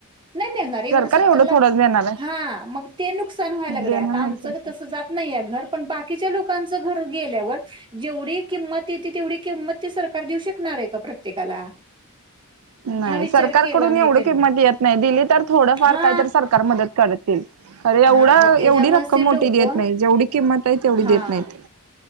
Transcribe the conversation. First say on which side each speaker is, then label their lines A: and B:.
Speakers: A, on the right; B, on the right.
A: नाही मिळणारे एवढं
B: सरकार
A: सत्तर ला
B: थोडंच देणार आहे
A: हा मग ते नुकसान व्हायला लागले,
B: देणार
A: आता
B: नाही
A: आमचं
B: सरकार
A: तस जात नाहीया घर. पण बाकीच्या लोकांच घर गेल्यावर जेवढी किंमत येते तेवढी किंमत ते सरकार देऊ शकणार हाय का, प्रत्येकाला.
B: नाही
A: हा विचार
B: सरकारकडून
A: केला नाही
B: एवढं
A: त्यांनी
B: किंमत येत नाही दिली, तर थोडंफार
A: हा
B: काय तर सरकार मदत करतील. अरे! एवढा
A: हा मग
B: एवढी
A: त्याच्यामुळेच
B: रक्कम
A: ते
B: मोठी
A: लोक
B: देत नाही जेवढी किंमत आहे तेवढी
A: हा
B: देत नाहीत.